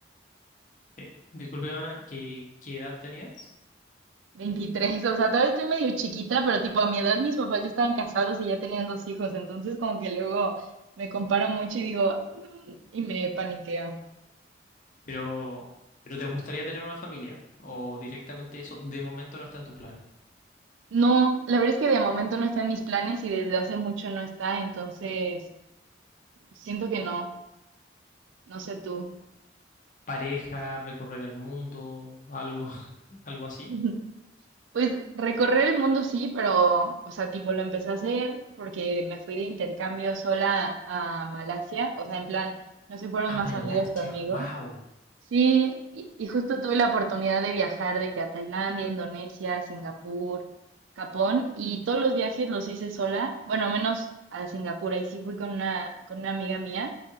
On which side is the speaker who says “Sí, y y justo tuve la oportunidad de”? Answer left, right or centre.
Right